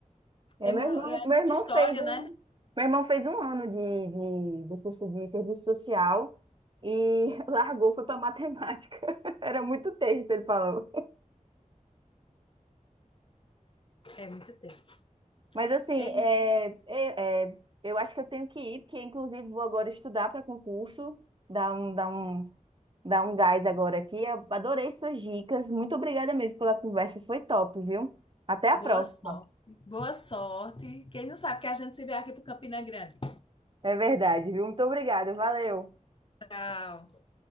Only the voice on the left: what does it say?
Tem
mu-
é
muita
história,
né?
É muito tempo.
É,
boa
sorte. Boa sorte. Quem não sabe que a gente se vê aqui para Campina Grande.
Tchau.